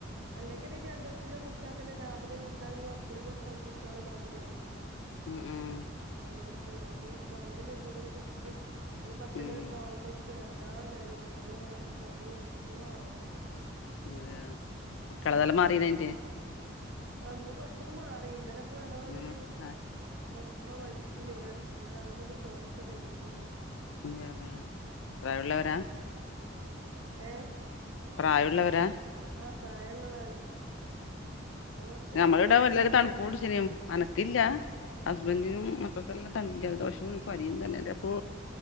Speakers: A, on the right (about 75°); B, on the left (about 70°).
A: അല്ലെങ്കി ന്നെ ജല ന്ന് കുടിച്ചാൽ തന്നെ രാവിലെ നീച്ച ഈ ഓർക്കുളിക കുളിച്ചാവും പുട്ച്ചോല മാതിരിയാണ്
B: ഉം ഉം
A: ഭയങ്കര ക്ഷീണ കുറൻന്തന്റെ മേ മൂടെ കുർച്ച ഇന്ന് പത്തണിയൊക്കെ
B: ഉം
A: ആവുമ്പോ ഇന്ക് നട കാ കഴിഞ്ഞില്ല കയ്യ കാലക്ക കൊയ്യ എന്തക്കോ ആവ
B: അതെയ കുട്ടികളതെല്ലാം മാറനയിന്റെ
A: അന്ന് കൊറച്ചൊക്കെ മാറി ഇന്നലെ ഇ ഞങ്ങള അവിടെ
B: ഉം
A: ഒരു
B: ആ
A: ഉമ്മ മരിച്ചീനി ഇവിടെ അടുത്ത് ന്നട്ട് അങ്ങോട്ടൊന്നും പോവാൻ ഇൻക്ക് കഴിഞ്ഞില്ല
B: അതെ അതെ പ്രായള്ളവരാ
A: ഏ
B: പ്രായമുള്ളവരാ
A: ആഹ പ്രായള്ളതാണേ അത് കൊറച്ച്
B: ഞമ്മുടെ
A: അസുഖായി
B: ഇട വല്ലരും
A: കെടക്കേനി
B: തണുപ്പ കട ശനും അനക്കല്ല ഹസ്ബൻഡിനും ഇപ്പൊക്കെല്ലാം ത ജലദോഷവും കൊരി തന്നെ അപ്പൊ